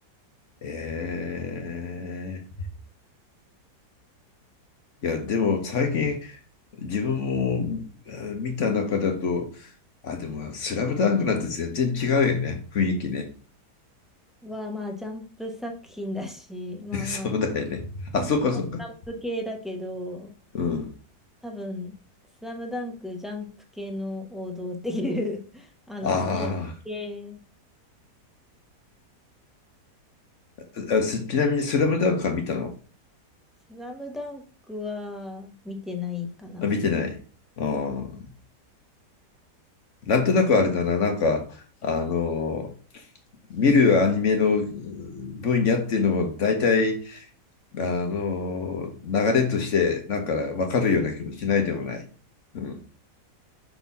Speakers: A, on the left (about 50°); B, in the centre.
A: えーいや、でも最近自分もえー見た中だと、あ、でも、スラムダンクなんて全然違うよね、雰囲気ね。
B: は、まあ、ジャンプ作品だし、
A: <laughs>
B: <laughs> まあまあ、
A: そうだよね。あ、
B: いつもジャンプ系だけど、
A: そっかそっか。うん。
B: 多分、スラムダンクジャンプ系の王道っていう、<laughs> あの、
A: あ
B: スポーツ系
A: ーあ、すちなみにスラムダンクは見たの
B: スラムダンクは見てないかな。
A: あ、見てない。あーなんとなくあれだな、なんか、あのー、見るアニメのうん分野っていうのも大体、あのー、流れとして、なんか分かるような気もしないでもない。うん。